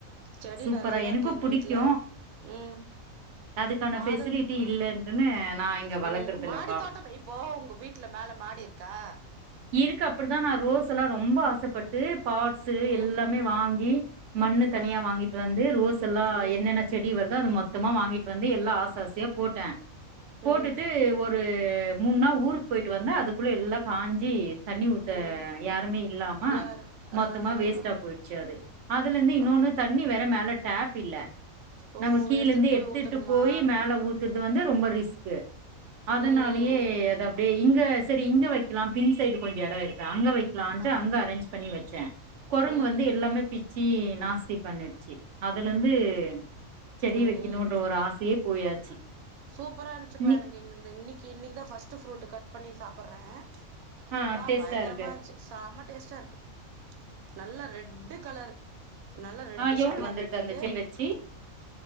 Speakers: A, on the right; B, on the right.
A: செடி
B: சூப்பரா
A: நெறயா
B: எனக்கு
A: இருக்கு எங்க
B: புடிக்கு
A: வீட்ல ம்
B: அதுக்கான
A: மாதுளம்
B: ஃபெசிலிட்டி இல்லன்ட்டுன்னு நா இங்க வளக்கறது
A: ம்
B: இல்லப்பா
A: மாடி தோட்டம் இப்போ உங்க வீட்ல மேல மாடி இருக் கா
B: இருக்கு அப்டிதா நா ரோஸ் எல்லா ரொம்ப ஆசப்பட்டு பாட்ஸு
A: ம்
B: எல்லாமே வாங்கி மண்ணு தனியா
A: ஆ
B: வாங்கிட்டு வந்து ரோஸ் எல்லா
A: ம்
B: என்னென்ன செடி வருதா அது மொத்தமா வாங்கிட்டு வந்து எல்லா ஆசாசையா போட்டே போட்டுட்டு
A: ம்
B: ஒரு மூணு நா ஊருக் கு போயிட்டு வந்தா அதுக்குள்ள எல்லா காஞ்சி தண்ணி ஊத்த
A: ம்
B: யாருமே இல்லாம
A: யாரு
B: மொத்தமா
A: ஆ ஆ
B: வேஸ்டா
A: ஆ
B: போயிடுச்சு அது அதுல இருந்து இன்னொன்னு
A: அப்
B: தண்ணி வேற மேல டேப் இல்ல
A: ஓ
B: நம்ம கீழ இருந்து
A: போய்
B: எடுத்துட்டு
A: ஊத்தணுமா
B: போய் மேல ஊத் துறது வந்து ரொம்ப ரிஸ்க்கு அதனாலேயே
A: ம் ம்
B: அது அப்டியே இங்க சரி இங்க வைக்கலா பின் சைடு கொஞ்ச எட இருக்கு அங்க வைக்கலாம்ட்டு
A: ஆ
B: அங்க அரேஞ்ச் பண்ணி வச்சே கொரங்கு
A: ம்
B: வந்து எல்லாமே பிச்சு நாஸ்தி பண்ணிடுச்சு அதுலருந்து செடி
A: ம்
B: வைக்கணும்ன்ற
A: ம்
B: ஒரு ஆசையே போயாச்சு
A: சூப்பரா இருந்துச்சுப்பா
B: இன்னி
A: எனக்கு இந்த இன்னைக்கு இன்னைக்குதா ஃபஸ்ட்டு ஃப்ரூட் கட் பண்ணி சாப்புறே
B: ஆ
A: ப்பா
B: டேஸ்ட்டா
A: பயங்கரமா
B: இருக்கு
A: இருந்துச்சு செம டேஸ்ட்டா இருக்கு நல்லா ரெட்டு கலரு நல்ல ரெட்டிஷ்ஸ
B: ஆ எவ்ளோ
A: மாறிட்ருக்கு
B: வந்துருது அந்த செடி வச்சு